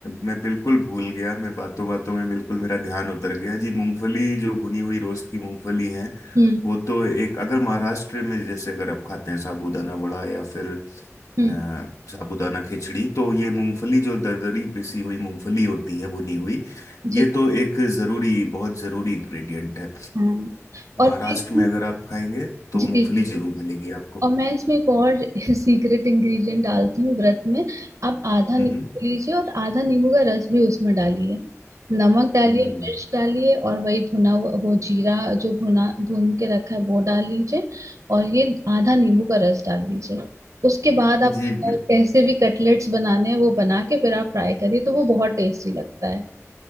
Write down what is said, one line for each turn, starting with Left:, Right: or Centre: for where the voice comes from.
Left: मैं बिल्कुल भूल गया मैं बातों बातों में बिल्कुल मेरा ध्यान उतर गया जी मूंगफली जो भुनी हुई रोस्ट की मूंगफली है
Right: हम्म
Left: वो तो एक अगर महाराष्ट्र में जैसे अगर आप खाते हैं साबूदाना वड़ा या फिर अ,
Right: हम्म
Left: साबूदाना खिचड़ी तो ये मूंगफली जो दरदरी पिसी हुई मूंगफली होती है भुनी हुई ये
Right: जी
Left: तो एक जरूरी बहुत जरूरी इंग्रेडिएंट है
Right: हाँ और
Left: महाराष्ट्र
Right: फिर
Left: में अगर आप खाएंगे तो
Right: जी
Left: मूंगफली
Right: जी
Left: जरूर मिलेगी आपको
Right: और मैं इसमें एक और <laughs> सीक्रेट इंग्रेडिएंट डालती हूँ व्रत में आप आधा
Left: हम्म
Right: नींबू लीजिए और आधा नींबू का रस भी उसमें डालिए नमक डालिए
Left: हम्म
Right: मिर्च डालिए और वही भुना हुआ वो जीरा जो भुना भून के रखा है वो डाल लीजिए और ये आधा नींबू का रस डाल दीजिए उसके बाद आप
Left: जी
Right: अ,
Left: बिल्कुल
Right: कैसे भी कटलेट्स बनाने हैं वो बना के फिर आप फ्राई करिए तो वो बहुत टेस्टी लगता है